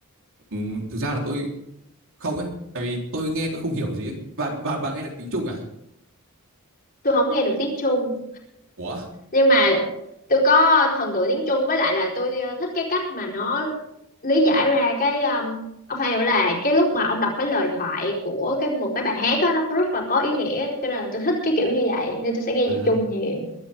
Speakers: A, on the right (about 65°); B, on the left (about 45°).
A: ừ, thực ra là tôi không ấy, tại vì tôi nghe tôi không hiểu gì ấy. Bà bà bà nghe được tiếng Trung à?
B: Tôi không nghe được tiếng Trung
A: Ủa?
B: nhưng mà tôi có thần tượng tiếng Trung với lại là tôi ờ, thích cái cách mà nó lý giải ra cái um, ông phải hiểu là cái lúc mà ông đọc cái lời thoại của cái một cái bài hát á nó rất là có ý nghĩa cho nên là tôi thích cái kiểu như vậy nên tôi sẽ nghe
A: À,
B: nhạc Trung nhiều.